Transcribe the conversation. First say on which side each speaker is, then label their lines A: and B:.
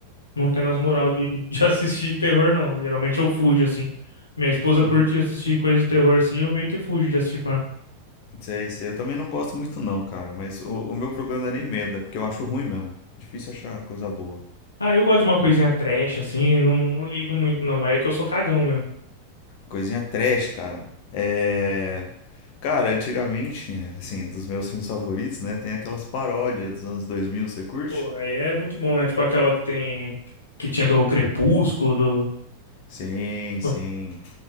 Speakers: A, on the left (about 75°); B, on the left (about 45°).
A: não tendo as moral de, <laughs> de assistir terror, não. Geralmente eu fujo, assim. Minha esposa
B: Também.
A: curte assistir coisa de terror, assim. Eu meio que fujo de assistir com ela.
B: Sei, sei. Eu também não gosto muito, não, cara. Mas o, o meu programa não é nem medo, é porque eu acho ruim mesmo. Difícil achar coisa boa.
A: Ah, eu gosto de uma coisinha trash, assim, não, não ligo muito, não, mas é que eu sou cagão mesmo.
B: Coisinha trash, cara. É. Cara, antigamente, assim, dos meus filmes favoritos, né? Tem aquelas paródias dos anos 2000. você curte?
A: Pô, aí é muito bom, né? Tipo aquela que tem. Que tinha do Crepúsculo, do.
B: Sim, sim.
A: <laughs>